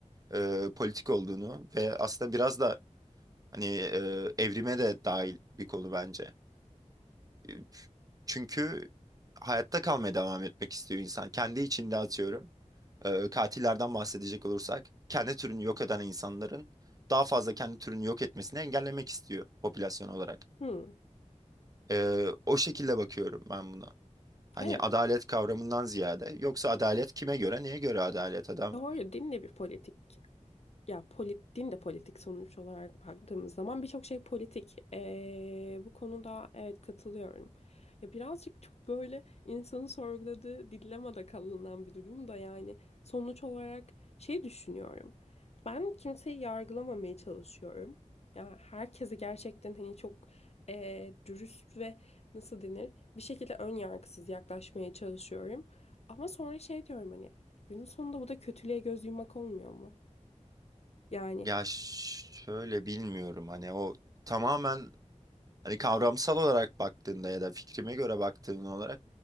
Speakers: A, on the right; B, on the left.
A: e, politik olduğunu ve aslında biraz da hani e, evrime de dahil bir konu bence. E, Çünkü hayatta kalmaya devam etmek istiyor insan. Kendi içinde atıyorum. e, katillerden bahsedecek olursak kendi türünü yok eden insanların daha fazla kendi türünü yok etmesini engellemek istiyor popülasyon olarak.
B: Hmm,
A: E, o şekilde bakıyorum ben buna. Hani
B: evet.
A: adalet kavramından ziyade yoksa adalet kime göre neye göre adalet adam?
B: Doğru din de bir politik Ya polit, din de politik sonuç olarak baktığımız zaman birçok şey politik. Ee, bu konuda evet katılıyorum. Ya birazcık çok böyle insanın sorguladığı dilemmada kalınan bir durum da yani sonuç olarak şey düşünüyorum. Ben kimseyi yargılamamaya çalışıyorum. Ya herkesi gerçekten hani çok ee, dürüst ve nasıl denir bir şekilde ön yargısız yaklaşmaya çalışıyorum. Ama sonra şey diyorum hani günün sonunda bu da kötülüğe göz yummak olmuyor mu? Yani
A: Ya ş- şöyle bilmiyorum hani o tamamen Hani kavramsal olarak baktığında ya da fikrime göre baktığın olarak